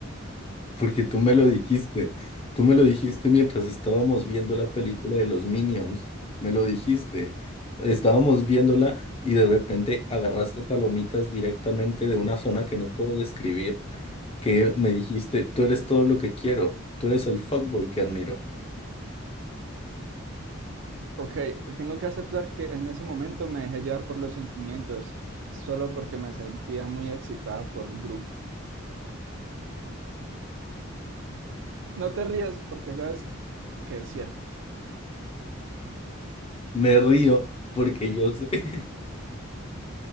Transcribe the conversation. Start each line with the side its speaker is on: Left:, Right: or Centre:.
Left: Porque tú me lo dijiste, tú me lo dijiste mientras estábamos viendo la película de los Minions, me lo dijiste. Estábamos viéndola y de repente agarraste palomitas directamente de una zona que no puedo describir, que me dijiste, tú eres todo lo que quiero, tú eres el fuckboy que admiro.
Right: Ok, tengo que aceptar que en ese momento me dejé llevar por los sentimientos, solo porque me sentía muy excitada por Gru. No te rías porque sabes que es cierto.
Left: Me río porque yo sé, <laughs>